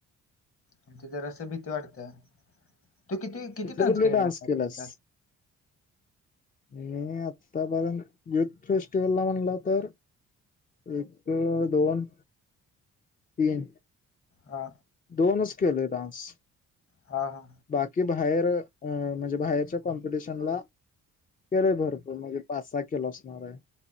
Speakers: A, on the left (about 45°); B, on the left (about 30°).
A: आणि तिथ जरासं भीती वाटते तू किती किती
B: कुठले
A: डान्स
B: कुठले
A: केले आतापर्यंत?
B: केलास मी आतापर्यंत युथ फेस्टिवलला म्हणलं तर. एक दोन, दवाण. तीन
A: हा
B: दोनच केले डान्स.
A: हा हा
B: बाकी बाहेर अ म्हणजे बाहेरच्या कॉम्पिटिशनला केलंय भरपूर म्हणजे पाच सहा केलो असणार आहे.